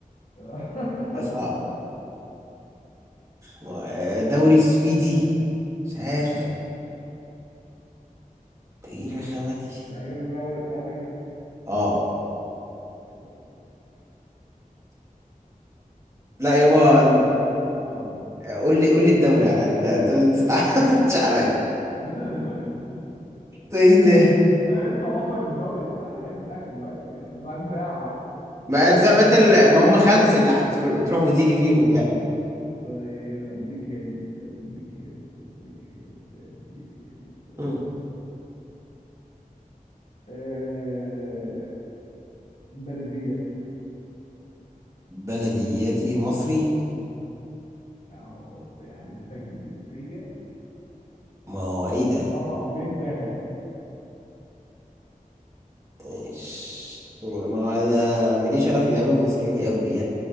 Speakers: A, on the left; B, on the right.
A: <laughs>
B: ده صعب و- دوري سويدي مش عارف
A: لا
B: انت ايه الرخامة دي
A: لعيبه اللي هو ايطالي يابا
B: اه
A: حلو قوي
B: لا يابا
A: بيلعب
B: انت-
A: في اه اتفضل اتفضل.
B: قول لي قول لي الدوري على الأقل. لا انت ما تزعلش عليا
A: <laughs>
B: ده ايه ده
A: انا لسه واصل الدوري بتاع اللعيب بتاعك دلوقتي يعني ده بعد ساعه اهو
B: ما زي ما انت ال- ما هم خمسة اللي هتروح وتيجي فيهم يعني
A: طيب اديك هنت اديك هنت اديك هنت اديك هنت
B: مم.
A: بص آه بلديات
B: بلدياتي مصري
A: اهو بص يعني اديتك الجنسيه
B: ما هو ايه ده
A: طبق من دهب
B: مش ما هو انا ماليش انا في اللعيبة المصرية قوي يعني